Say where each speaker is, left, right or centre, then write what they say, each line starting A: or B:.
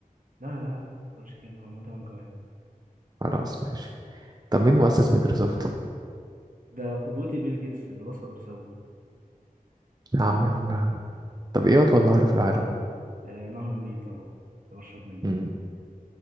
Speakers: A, on the right; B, on the right.
A: لا لا ما تقولش كده هم تمن كمان
B: خلاص ماشي طب مين مؤسس مايكروسوفت؟
A: ده قدوتي بيل جيتس اللي بسقط بسببه
B: يا عم يا عم يا عم طب ايه أطول نهر في العالم؟
A: آه نهر النيل طبعا اللي بشرب منه
B: مم.